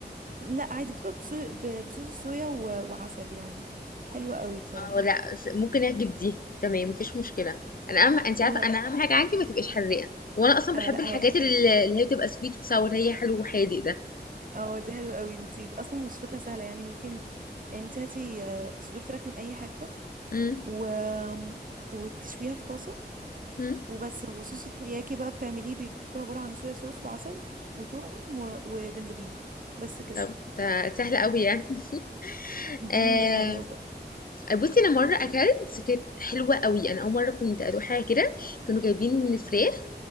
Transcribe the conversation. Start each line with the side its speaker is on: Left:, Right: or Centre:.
Right: لا عادي بتبقى بصو... ب- بصوص الصويا و... وعسل يعني حلوة قوي بصراحة
Left: اه لا بس ممكن اجيب دي تمام مفيش مشكلة انا اهم انت عارفة
Right: اه,
Left: انا اهم حاجة عندي ما تبقاش حراقة وانا اصلا بحب
Right: آه لا
Left: الحاجات اللي, اللي هي بتبقى سويت وساور هي حلو وحادق ده
Right: اه دي حلوة قوي انتي اصلا وصفتها سهلة يعني ممكن يعني انتي هاتي آه، صدور فراخ من اي حتة
Left: امم
Right: و... وتشويها في طاسة
Left: امم
Right: وبس وصوص الترياكي بقى بتعمليه بيكون عبارة عن صويا صوص وعسل وتوم و... وجنزبيل بس كده
Left: طب ده سهل قوي يعني <laughs>
Right: دي
Left: آه
Right: حلوة برضه
Left: بصي انا مره اكلت كانت حلوه قوي انا اول مره كنت ادوق حاجه كده كانوا جايبين فراخ